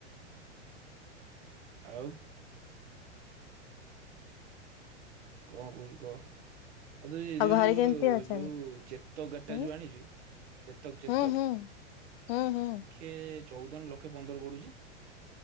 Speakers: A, on the right; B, on the left.
A: ଆଉ। କଣ କହୁଛୁ କହ? ଆଉ ତୁ ଏଇ ଯୋଉ ଯୋଉ
B: ଘରେ କେମିତି
A: ଗୋଟେ
B: ଅଛନ୍ତି?
A: ଯୋଉ ଚେତକ ଗାଡିଟା
B: ହୁଁ
A: ଯୋଉ ଆଣିଛୁ। ଚେତକ୍ ଚେତକ୍।
B: ହୁଁ ହୁଁ ହୁଁ ହୁଁ।
A: ଖେ ଚଉଦ ନା ଲକ୍ଷେ ପନ୍ଦର ପଡ଼ୁଛି।